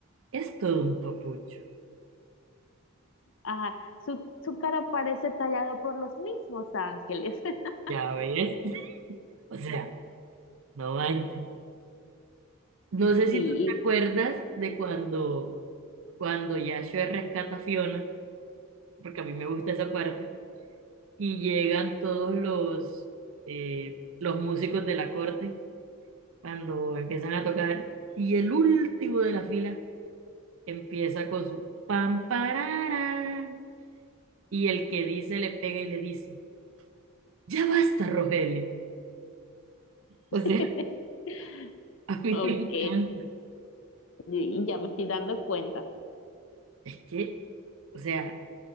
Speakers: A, on the right; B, on the left.
A: Es todo un papucho.
B: Ajá, su, su cara parece tallado por los mismos ángeles. <laughs>
A: Ya ves. O sea, no manches. No sé si
B: Sí,
A: tú te acuerdas de cuando, cuando Yashua rescata a Fiona, porque a mí me gusta esa parte, y llegan todos los, eh, los músicos de la corte cuando empiezan a tocar, y el último de la fila Empieza con su pam parara y el que dice le pega y le dice, ya basta, Rogelio. O
B: <laughs>
A: sea, <laughs> a mí
B: ok.
A: me encanta.
B: Y y ya me estoy dando cuenta.
A: Es que, o sea,